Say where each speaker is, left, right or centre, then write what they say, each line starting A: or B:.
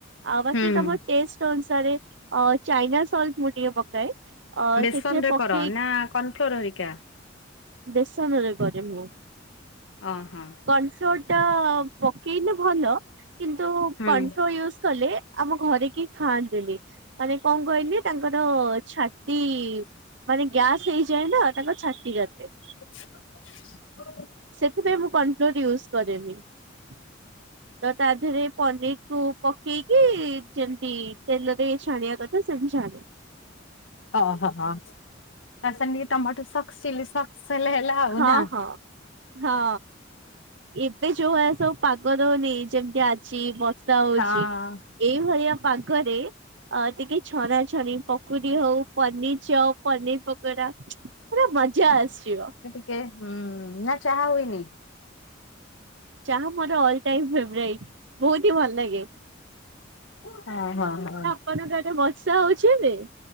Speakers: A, on the right (about 65°); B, on the left (about 80°).
A: ଆଉ ବାକି
B: ହୁଁ।
A: ତୋମ ଟେଷ୍ଟ ଅନୁସାରେ, ଅ, ଚାଇନା ସଲ୍ଟ ମୁଁ ଟିକେ ପକାଏ। ଅ
B: ବେସନ
A: ସେଥିରେ
B: ରେ
A: ପକେଇ
B: କର ନା କର୍ନଫ୍ଲୋର୍ ହରିକା?
A: ବେସନରେ କରେ ମୁଁ।
B: ଅ ହଁ।
A: କର୍ନଫ୍ଲୋର ଟା ପକେଇଲେ ଭଲ। କିନ୍ତୁ
B: ହୁଁ।
A: କର୍ନଫ୍ଲୋର ୟୁଜ୍ କଲେ ଆମ ଘରେ କି ଖାଆନ୍ତିନି। ମାନେ କଣ କହିଲି ତାଙ୍କର ଛା ତି ମାନେ ଗ୍ୟାସ୍ ହେଇଯାଏ ନା ତାଙ୍କ ଛାତି କାଟେ।
B: ହ।
A: ସେଥିପାଇଁ ମୁଁ କର୍ନଫ୍ଲୋର୍ ୟୁଜ୍ କରେନି। ତ ତା ଦେହରେ ପନିର୍ କୁ ପକେଇକି ଯେମତି ତେଲରେ ଛାଣିବା କଥା ସେମିତି ଛାଣେ।
B: ଓହୋ, ହୋ, ତା ସାଙ୍ଗେ ଟିକେ ଟମାଟୋ ସକ୍ସ, ଚିଲି ସକ୍ସ ହେଲେ ହେଲା। ହଉ
A: ହଁ
B: ନା।
A: ହଁ ହଁ। ଏବେ ଯୋଉ ଭଳିଆ ସବୁ ପାଗ ଦଉନି ଯେମିତି ଆଜି ବର୍ଷା ହଉଛି।
B: ହଁ।
A: ଏଇଭଳିଆ ପାଗରେ ଅ ଟିକେ ଛଣା ଛଣି ପ କୁଡ଼ି ହଉ ପନିର ଚପ ପନିର ପକୋଡା ପୁରା ମଜା ଆସିିଯିବ।
B: କେ ହୁ ନା ଚାହା ହୁଇନି।
A: ଚାହା ମୋର ଅଲ ଟାଇମ୍ ଫେଭରାଇଟ ବହୁତ ହି ଭଲ ଲାଗେ।
B: ହଁ ହଁ ହଁ।
A: <unintelligible> ବର୍ଷା ହଉଛି ଏବେ।